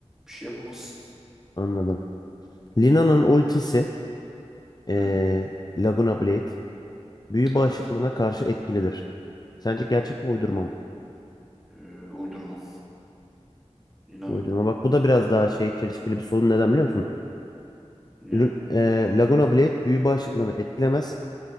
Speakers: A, in the centre; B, on the left (about 35°).
A: Bir şey yapamaz.
B: anladım. Lina'nın ultisi eee,
A: Hı,
B: Laguna Blade büyü
A: evet.
B: bağışıklığına karşı etkilidir. Sence gerçek mi uydurma mı?
A: E, uydurma. Yine
B: Uydurma. Bak bu da biraz daha şey çelişkili bir sorun. Neden biliyor musun?
A: niye?
B: Lun- e, Laguna Blade büyü bağışıklığını etkilemez.